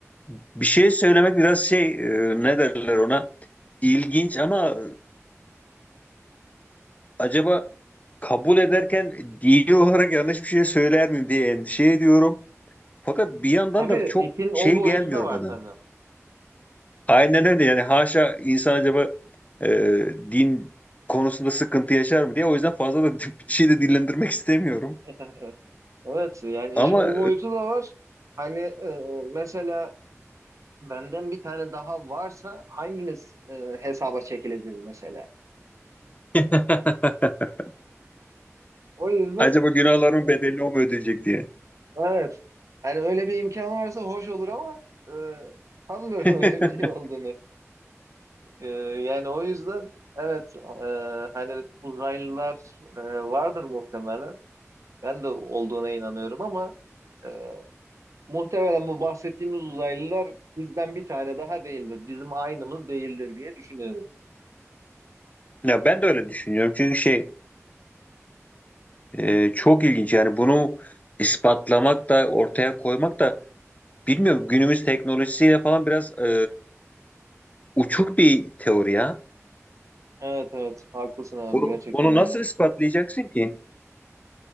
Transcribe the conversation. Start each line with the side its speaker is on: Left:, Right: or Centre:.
Left: bir şey söylemek biraz şey e, ne derler ona ilginç ama acaba kabul ederken dini olarak yanlış bir şey söyler miyim diye endişe ediyorum. Fakat bir yandan
Right: Tabii
Left: da çok
Right: işin
Left: şey
Right: o boyutu
Left: gelmiyor
Right: da var
Left: bana.
Right: tabii.
Left: Aynen öyle yani haşa insan acaba e, din konusunda sıkıntı yaşar mı diye o yüzden fazla da <laughs> bir şey de dillendirmek istemiyorum.
Right: <laughs> Evet yani
Left: Ama
Right: işin o boyutu da var. Hani e, mesela benden bir tane daha varsa hangimiz e, hesaba çekileceğiz mesela.
Left: e, <laughs>
Right: O yüzden
Left: acaba günahların bedeli o mu ödeyecek diye.
Right: evet. Hani öyle bir imkan varsa hoş olur ama e, sanmıyorum
Left: <laughs>
Right: <laughs> öyle bir şey olduğunu. Ee, yani o yüzden evet e, hani uzaylılar e, vardır muhtemelen. Ben de olduğuna inanıyorum ama e, muhtemelen bu bahsettiğimiz uzaylılar bizden bir tane daha değildir. Bizim aynımız değildir diye düşünüyorum.
Left: Ya ben de öyle düşünüyorum çünkü şey e, çok ilginç yani bunu ispatlamak da ortaya koymak da Bilmiyorum günümüz teknolojisiyle falan biraz e, uçuk bir teori ya.
Right: Evet evet haklısın abi
Left: Bunu,
Right: gerçekten
Left: bunu
Right: öyle.
Left: nasıl ispatlayacaksın ki?